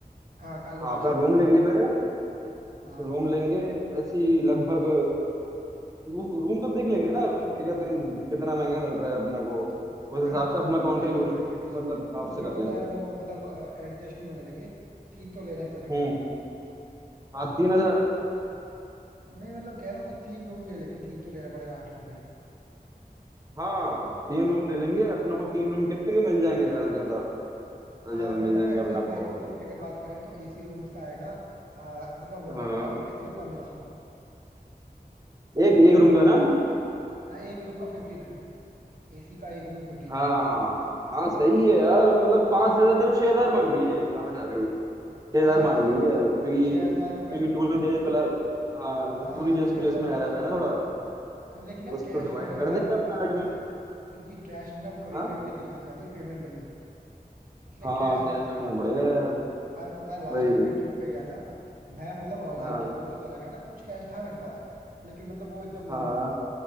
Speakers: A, on the right (about 65°); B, on the right (about 25°).
A: हाँ कहाँ लोकेशन
B: हाँ अपना रूम
A: लोकेशन
B: लेंगे पहले
A: हाँ
B: रूम लेंगे ऐसी लगभग वो रूम तो देख लेंगे ना रूम क्या कहते हैं कि- कितना महंगा मिल रहा है अपना को
A: हाँ
B: उस
A: लेकिन
B: हिसाब
A: तीन
B: से अपना
A: रूम
B: कंट्रीब्यूशन
A: ले लेने पड़ेंगे तीन
B: मतलब आपसे
A: क्योंकि
B: कर
A: पता
B: लेंगे
A: है वो मतलब एडजस्ट नहीं होने देंगे तीन तो लेना ही पड़ेगा
B: हम्म
A: यार
B: हाँ तीन हजार,
A: नहीं मतलब कह रहा हूँ कि तीन रूम ले लेंगे तीन तो लेना पड़ेगा आठ लोग हैं
B: हाँ तीन रूम ले लेंगे अपना को तीन रूम कितने के मिल जाएंगे ज्यादा से ज्यादा ज्यादा ज्यादा
A: आ, मतलब
B: मिल जाएंगे
A: मैक्सिमम
B: अपना
A: मैक्सिमम
B: को
A: की अगर बात करें तो एसी रूम्स का आएगा आ, मतलब वन
B: हाँ
A: नाइट स्टे मैक्सिमम पंद्रह सौ
B: एक एक रूम का ना
A: हाँ एक रूम का फिफ्टीन हंड्रेड एसी का एक रूम फिफ्टीन
B: हाँ
A: हंड्रेड
B: हाँ
A: अप्रोक्स
B: सही है यार मतलब पाँच हजार चलो छह हजार मान लिए कहाँ जा रहे हो छह
A: हाँ
B: हजार मान
A: ठीक
B: लिए
A: है मतलब
B: क्योंकि
A: छह हजार रुपये
B: क्योंकि टूरी जैसे प्ला हाँ
A: हाँ
B: टूरी
A: हाँ
B: जैसी
A: छह
B: प्लेस
A: हजार
B: में
A: में
B: आ रहता
A: ठीक
B: है
A: है
B: ना थोड़ा
A: आ, लेकिन ना
B: उसको
A: कैश
B: डिवाइड
A: रख लेना
B: कर
A: यार
B: देंगे
A: अपने
B: अपना
A: पास
B: आठ
A: पता
B: में
A: है क्योंकि कैश में ना कभी
B: हाँ
A: कभी बड़ी दिक्कत हो जाती है पेमेंट में इसलिए
B: हाँ
A: कैश
B: कैश
A: रख लेंगे
B: रखना
A: कुछ
B: पड़ेगा
A: पास
B: यार
A: पर पता है लास्ट
B: भाई
A: टाइम मैं ट्रिप पे गया था मैं मतलब ऑनलाइन
B: हाँ
A: के भरोसे चला गया था कुछ कैश था मेरे पास लेकिन मतलब वो एकदम मिनिमम
B: हाँ
A: था